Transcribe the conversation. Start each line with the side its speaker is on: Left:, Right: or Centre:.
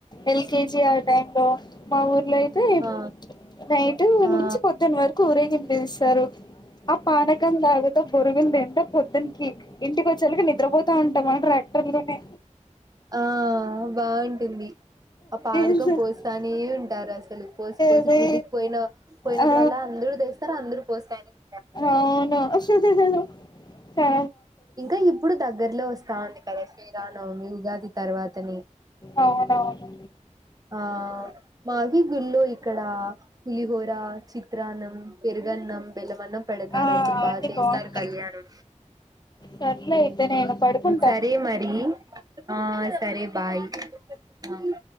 Left: ఎల్కేజీ ఆ టైమ్ లో మా ఊర్లో అయితే
Right: ఆ
Left: నైట్
Right: ఆ
Left: నుంచి పొద్దున్న వరకు ఊరేగింపఎస్తారు. ఆ పానకం తాగుత బొరుగులు తిన్ పొద్దన్ ఇంటికి వచ్చేలకి నిద్రపోతా ఉంటాం. ఆ ట్రాక్టర్ లొనే.
Right: ఆ బాగుంటుంది ఆ పానకం
Left: అదే
Right: పోస్తానే ఉంటారు. అసలు పోసిపోసి
Left: అదే
Right: గుడికి పోయిన పోయినప్పుడు
Left: ఆ
Right: అల్లా అందరు తోస్తారు అందరు పోస్తానేమ్
Left: అవును హుహుహు స
Right: ఇంక ఇప్పుడు దగ్ దగ్గరలో వస్తా ఉంది కద శ్రీరామ్ నవమి. ఉగాది తర్వాత నే
Left: అవునవును
Right: ఆ మాకి గుడిలో ఇక్కడ పులిహోర, చిత్రాన్నం పెరుగన్నం, బెలమన్నం పెడతారు
Left: ఆ
Right: అసలు
Left: అవన్నీ
Right: బాగ చేస్తారు
Left: బాగుంటాయి
Right: కళ్యాణం
Left: సర్లే నేను పడుకుంటా
Right: సరే మరి ఆ సరే బాయ్. అవును